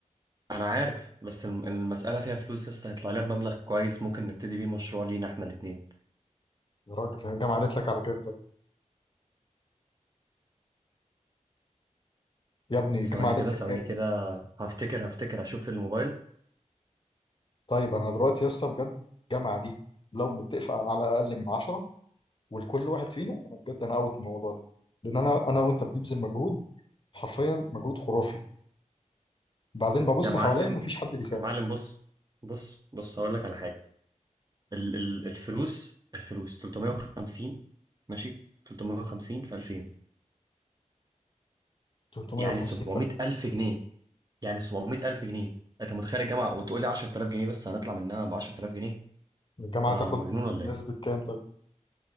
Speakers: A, on the right; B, on the left.
A: انا عارف بس الم- المسألة فيها فلوس يس هيطلع لها بمبلغ كويس ممكن نبتدي بيه مشروع لينا احنا الاتنين
B: يا راجل هي الجامعه قالت لك على كام طيب يا ابني الجامعه
A: ثواني
B: قالت
A: كده
B: لك
A: ثواني
B: كام
A: كده هفتكر هفتكر هشوف في الموبايل
B: طيب انا دلوقتي يا اسطى بجد الجامعه دي لو متفق على اقل من 10 ولكل واحد فينا انا بجد انا اوت من الموضوع ده لان انا انا وانت بنبذل مجهود حرفيا مجهود خرافي بعدين ببص
A: يا معلم
B: حواليا مفيش حد بيساعد
A: يا معلم بص بص بص هقول لك على حاجة ال ال الفلوس الفلوس 350 ماشي 350 في 2000
B: 350
A: يعني 700000
B: فئة
A: جنيه يعني 700000 جنيه انت متخيل الجامعه وتقول لي 10000 جنيه بس هنطلع منها ب 10000 جنيه
B: الجامعة
A: انت
B: تاخد
A: مجنون
B: نسبة
A: ولا ايه
B: كام طيب؟